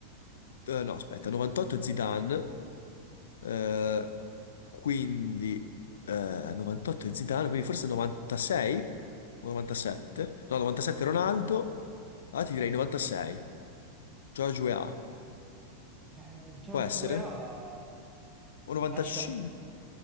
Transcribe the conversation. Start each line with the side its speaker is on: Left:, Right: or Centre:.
Left: eh, no, aspetta, 98 Zidane, eh, quindi... eh, 98 è Zidane, quindi forse 96 o 97? No, 97 Ronaldo, allora ti direi 96. George Weah,
Right: eh, George
Left: può essere?
Right: Weah eh,
Left: O 95?
Right: lascia...